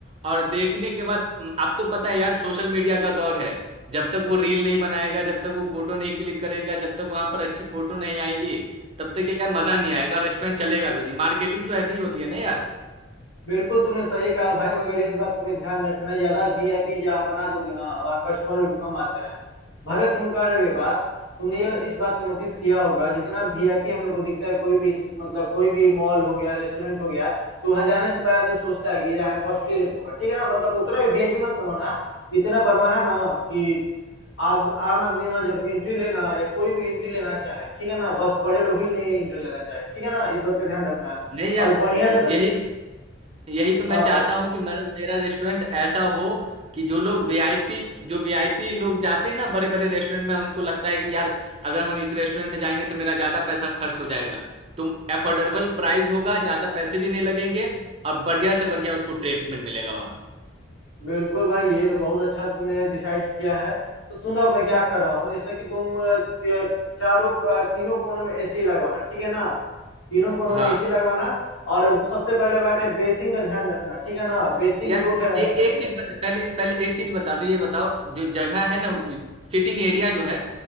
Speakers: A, on the right (about 30°); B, on the left (about 80°).
A: और देखने के बाद आप तो पता है यार सोशल मीडिया का दौर है जब तक वो रील नहीं बनाएगा जब तक वो फोटो नहीं क्लिक करेगा जब तक वहां पर अच्छी फोटो नहीं आएगी तब तक यार मजा नहीं आएगा रेस्टोरेंट चलेगा भी नहीं मार्केटिंग तो ऐसी ही होती है ना यार
B: बिल्कुल तुमने सही कहा भाई मगर इस बात का भी ध्यान रखना ज्यादा वीआईपी जहाँ बना दोगे ना वहाँ कस्टमर भी कम आते हैं भले तुम कह रहे हो ये बात तुमने ये इस बात पे नोटिस किया होगा जितना वीआईपी हम लोग को दिखता है कोई भी इस- मतलब कोई भी मॉल हो गया रेस्टोरेंट हो गया तो वहाँ जाने से पहले आदमी सोचता है कि यहाँ कॉस्टली रेट होगा ठीक है ना मतलब उतना भी वीआईपी मत बनवाना इतना बनवाना ना कि आद, आम आदमी ना जब एंट्री लेना या कोई भी एंट्री लेना चाहे ठीक है ना बस बड़े लोग ही नहीं एंट्री लेना चाहे ठीक है ना इस बात का ध्यान रखना
A: नहीं यार
B: और बढ़िया से तो
A: यही यही तो मैं
B: हाँ
A: चाहता हूँ कि मेरा मेरा रेस्टोरेंट ऐसा हो कि जो लोग वीआईपी जो वीआईपी लोग जाते हैं ना बड़े बड़े रेस्टोरेंट में उनको लगता है कि यार अगर हम इस रेस्टोरेंट में जाएंगे तो मेरा ज्यादा पैसा खर्च हो जाएगा तो अफोर्डेबल प्राइस होगा ज्यादा पैसे भी नहीं लगेंगे और बढ़िया से बढ़िया उसको ट्रीटमेंट मिलेगा वहाँ
B: बिल्कुल भाई ये तो बहुत अच्छा तुमने डिसाइड किया है तो सुनो अब मैं क्या कर रहा हूँ जैसे कि तुम अ, अ, चारों अ, तीनों कोनों में एसी लगवाना ठीक है ना तीनों कोनों
A: हाँ
B: में एसी लगवाना और सबसे पहले बात है बेसिंग का ध्यान रखना ठीक है ना बेसिंग
A: यार
B: दो ठे रहना
A: ए, एक
B: चाहिए
A: चीज ब- पहले पहले एक चीज बता दो ये बताओ जो जगह है ना सिटिंग एरिया जो है